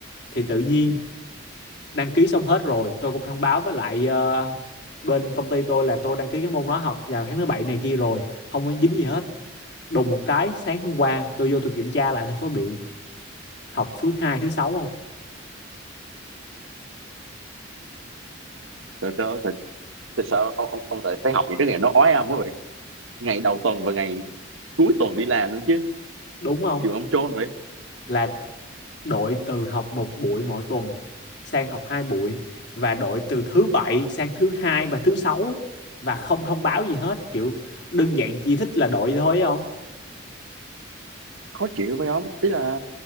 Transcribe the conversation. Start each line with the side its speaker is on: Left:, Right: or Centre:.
Left: Thì tự nhiên
Right: ừ.
Left: đăng ký xong hết rồi, tôi cũng thông báo với lại ờ, bên công ty tôi là tôi đăng ký cái môn đó học vào tháng thứ bảy này kia rồi, không có dính gì hết đùng một cái sáng hôm qua tôi vô tôi kiểm tra lại thầy có biểu học thứ hai thứ sáu không
Right: tại sao tại, tại sao ông ông, ông lại phải học những cái nghề nó ói ông quá vậy ngày đầu tuần và ngày cuối tuần đi làm nữa chứ
Left: đúng không
Right: trường ông trôn vậy
Left: là đổi từ học một buổi mỗi tuần sang học hai buổi và đổi từ thứ bảy sang thứ hai và thứ sáu và không thông báo gì hết kiểu đơn giản chỉ thích là đổi thôi không
Right: khó chịu phải không tức là